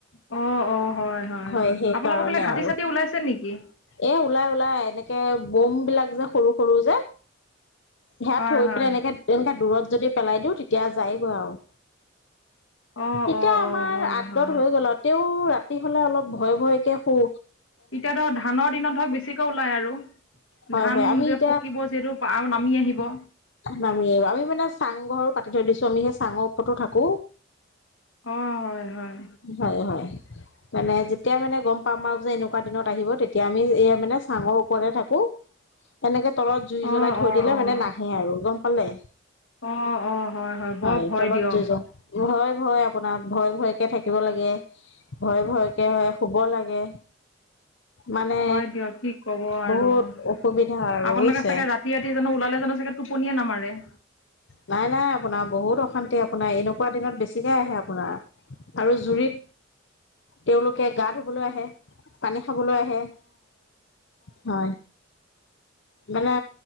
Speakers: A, on the left; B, on the left.
A: অঁ অঁ
B: হয় সেই
A: আপোনালোকৰ
B: কাৰণে
A: ফালে হাতী
B: আৰু
A: চাতি ওলাইছে নেকি
B: এ ওলাই ওলাই এনেকে এ বম বিলাক যে সৰু সৰু যে। সেয়া
A: হয়
B: থৈ
A: হয়
B: পেলাই এনেকে এনেকে দূৰত যদি পেলাই দিওঁ তেতিয়া যায়গৈ আও।
A: অঁ
B: এতিয়া
A: অঁ
B: আমাৰ
A: অঁ হয়
B: আগত
A: হয়
B: হৈ গল তে ৰাতি হলে অলপ ভয় ভয়কে হু
A: এতিয়া ধৰ ধানৰ দিনত ধৰক বেছিকে ওলাই আৰু।
B: হয়
A: ধান
B: হয় আমি
A: যেতিয়া
B: এতিয়া
A: পকিব সেইটো আৰু নামি আহিব।
B: নামি আমি মানে চাং ঘৰো পাতি থৈ দিছো আমি সেই চাঙৰ ওপৰতো থাকো।
A: অ হয় হয়।
B: হয় হয় মানে যেতিয়া মানে গম পাম আৰু যে এনেকুৱা দিনত আহিব তেত- এতিয়া আমি এ মানে চাঙৰ ওপৰতে থাকো, এনেকে তলত জুই জ্বলাই
A: অঁ
B: থৈ
A: অঁ
B: দিলে
A: অঁ
B: মানে নাক। গম পালে,
A: অঁ অঁ
B: হয়
A: বৰ ভয়
B: তলত
A: দিয়ক
B: জুই যা ভয় ভয়। আপোনাৰ ভয় ভয়কে থাকিব লাগে, ভয় ভয়কে হয় শুব লাগে।
A: <inaudible>
B: মানে
A: হয় দিয়ক কি কব আৰু
B: বহুত
A: আপোনালোকে
B: অসুবিধা আৰু বুজিছে
A: চাগে ৰাতি ৰাতি জানো ওলালে জানো চাগে। টোপনিয়ে নামাৰে।
B: নাই নাই আপোনাৰ বহুত অশান্তি আপোনাৰ এনেকুৱা দিনত বেছিকৈ আহে আপোনা- আৰু জুৰিত, তেওঁলোকে গা ধুবলৈ আহে পানী। খাবলৈ আহে, হয়। মানে